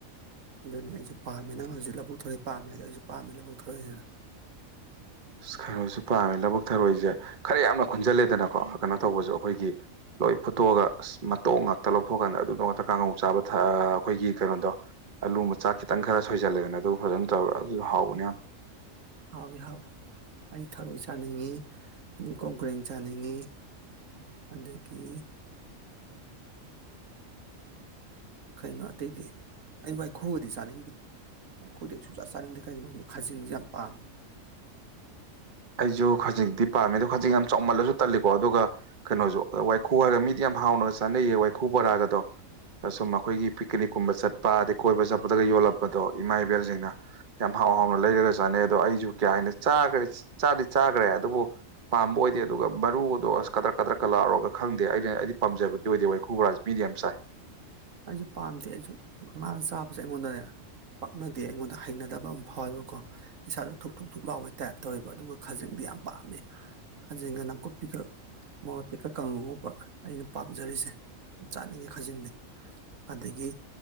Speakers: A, on the right; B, on the right.
A: ꯑꯗꯨꯅꯤ ꯑꯩꯁꯨ ꯄꯥꯝꯃꯦ ꯅꯪ ꯍꯧꯖꯤꯛ ꯂꯧꯕꯨꯛ ꯊꯔꯣꯏ ꯄꯥꯝꯃꯦ ꯍꯥꯏꯗ ꯑꯩꯁꯨ ꯄꯥꯝꯃꯦ ꯂꯧꯕꯨꯛ ꯊꯧꯔꯛꯏꯅ <inaudible>
B: ꯈꯩꯅꯣꯁꯨ ꯄꯥꯝꯃꯦ ꯂꯕꯨꯛ ꯊꯔꯣꯏꯁꯦ ꯈꯔ ꯌꯥꯝꯅ ꯈꯟꯖꯜꯂꯦꯗꯅꯀꯣ ꯀꯩꯅꯣ ꯇꯧꯕꯁꯨ ꯑꯩꯈꯣꯏꯒꯤ ꯂꯣꯏ ꯐꯨꯠꯇꯣꯛꯑꯒ ꯑꯁ ꯃꯇꯧ ꯉꯥꯛꯇ ꯂꯧꯊꯣꯛꯀꯥꯟꯗ ꯑꯗꯨꯗ ꯉꯛꯇ ꯀꯥꯡꯉꯧ ꯆꯥꯕ ꯑꯩꯈꯣꯏꯒꯤ ꯀꯩꯅꯣꯗꯣ ꯑꯂꯨ ꯃꯆꯥ ꯈꯤꯇꯪ ꯈꯔ ꯁꯣꯏꯁꯤꯜꯂꯦꯒꯅ ꯑꯗꯨ ꯐꯖꯅ ꯇꯧꯔꯒ ꯑꯗꯨꯁꯨ ꯍꯥꯎꯕꯅꯦ ꯌꯥꯝ
A: ꯍꯥꯎꯋꯤ ꯍꯥꯎꯋꯤ ꯑꯩ ꯊꯔꯣꯏ ꯆꯥꯅꯤꯡꯉꯤ ꯑꯅꯤ ꯀꯣꯡꯒ꯭ꯔꯦꯡ ꯆꯥꯅꯤꯡꯉꯤ ꯑꯗꯗꯒꯤ ꯀꯩꯅꯣ ꯑꯇꯩꯗꯤ ꯑꯩ ꯋꯥꯏꯈꯨꯕꯗꯤ ꯆꯥꯅꯤꯡꯗꯦ ꯑꯩꯈꯣꯏꯗꯤ ꯁꯨꯡꯆꯥ ꯆꯥꯅꯤꯡꯗꯦ ꯀꯩꯒꯤꯅꯣ ꯈꯪꯗꯦ ꯈꯥꯖꯤꯡꯁꯦ ꯌꯥꯝ ꯄꯥꯝꯃꯦ
B: ꯑꯩꯁꯨ ꯈꯖꯤꯛꯇꯤ ꯄꯥꯝꯃꯦꯗ ꯈꯖꯤꯛ ꯌꯥꯝ ꯆꯥꯎꯃꯜꯂꯁꯨ ꯇꯜꯂꯤꯀꯣ ꯑꯗꯨꯒ ꯀꯩꯅꯣꯁꯨ ꯋꯥꯏꯈꯨ ꯍꯥꯏꯔꯒ ꯃꯤꯗꯤ ꯌꯥꯝ ꯍꯥꯎꯅꯕꯒ ꯆꯥꯅꯩꯌꯦ ꯋꯥꯏꯈꯨ ꯕꯣꯔꯥꯒꯗꯣ ꯁꯨꯝ ꯑꯩꯈꯣꯏꯒꯤ ꯄꯤꯛꯅꯤꯛꯀꯨꯝꯕ ꯆꯠꯄ ꯑꯗꯩ ꯀꯣꯏꯕ ꯆꯠꯄꯗꯒ ꯌꯣꯜꯂꯛꯄꯗꯣ ꯏꯃꯥ ꯏꯕꯦꯜꯁꯤꯡꯅ ꯌꯥꯝ ꯍꯥꯎ ꯍꯥꯎꯅ ꯂꯩꯔꯒ ꯆꯥꯅꯩ ꯑꯗꯣ ꯑꯩꯁꯨ ꯀꯌꯥ ꯍꯥꯏꯟꯅ ꯆꯥꯈꯦ ꯆꯥꯗꯤ ꯆꯥꯈ꯭ꯔꯦ ꯑꯗꯨꯕꯨ ꯄꯥꯝꯕ ꯑꯣꯏꯗꯦ ꯑꯗꯨꯒ ꯃꯔꯨꯗꯣ ꯑꯁ ꯀꯗ꯭ꯔꯛ ꯀꯗ꯭ꯔꯛꯀ ꯂꯥꯎꯔꯒ ꯈꯪꯗꯦ ꯑꯩꯅ ꯑꯩꯗꯤ ꯄꯥꯝꯖꯕꯗꯤ ꯑꯣꯏꯗꯦ ꯋꯥꯏ ꯈꯨꯕꯔꯥꯥꯁꯦ ꯃꯤꯅ ꯌꯥꯝ ꯆꯥꯏ
A: ꯑꯩꯁꯨ ꯄꯥꯝꯗꯦ ꯑꯩꯁꯨ ꯃꯥꯅ ꯆꯥꯕꯁꯦ ꯑꯩꯉꯣꯟꯗꯅꯦ ꯄꯛꯅꯗꯦ ꯑꯩꯉꯣꯟꯗ ꯍꯩꯅꯗꯕ ꯑꯃ ꯐꯥꯎꯋꯦꯕꯀꯣ ꯏꯁꯥꯗꯣ ꯊꯨꯛ ꯊꯨꯛꯊꯨꯛꯂꯥꯎꯑꯦꯇꯥꯏꯞ ꯇꯧꯋꯦꯕ ꯑꯗꯨꯒ ꯈꯖꯪ ꯌꯥꯝ ꯄꯥꯝꯃꯤ ꯈꯥꯖꯦꯟꯒ ꯅꯥꯀꯨꯞꯄꯤꯈꯛ ꯃꯣꯔꯣꯇꯤꯀ ꯀꯥꯡꯨꯒꯕ ꯑꯩꯅ ꯄꯥꯝꯖꯔꯤꯁꯦ ꯆꯥꯅꯤꯡꯉꯤ ꯈꯖꯤꯡꯗꯤ ꯑꯗꯒꯤ